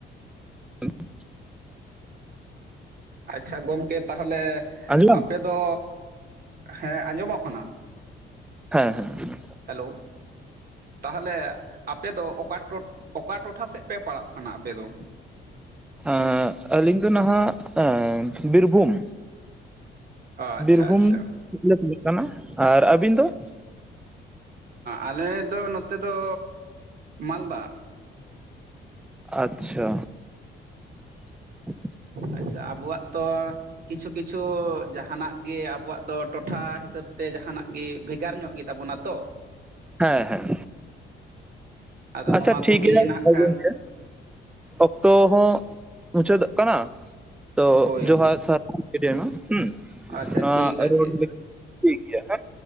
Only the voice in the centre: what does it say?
<inaudible>
ᱟᱸᱡᱚᱢ
ᱦᱮᱸ-ᱦᱮᱸ ᱦᱩᱸ
ᱟᱸᱻ ᱟᱹᱞᱤᱧ ᱫᱚ ᱱᱷᱟᱜ ᱵᱤᱨᱵᱷᱩᱢ,
ᱵᱤᱨᱵᱷᱩᱢ
<inaudible> ᱠᱟᱱᱟ᱾ᱟᱨ ᱟᱹᱵᱤᱱ ᱫᱚ?
ᱟᱪᱪᱷᱟ᱾ <inaudible>
ᱦᱮᱸ ᱦᱮᱸ
ᱟᱪᱪᱷᱟ ᱴᱷᱤᱠᱜᱮᱭᱟ,
ᱦᱳᱭ
ᱜᱚᱝᱠᱮ᱾ ᱚᱠᱛᱚ ᱦᱚᱸ ᱢᱩᱪᱟᱹᱫᱚᱜ ᱠᱟᱱᱟ᱾ ᱛᱚ,
ᱡᱚᱦᱟᱨ
ᱟᱨ ᱥᱟᱨᱦᱟᱣ ᱛᱟᱸᱦᱮᱭᱮᱱᱟ ᱦᱩᱸ, <unintelligible>
ᱴᱷᱤᱠ ᱜᱮᱭᱟ ᱦᱮᱸ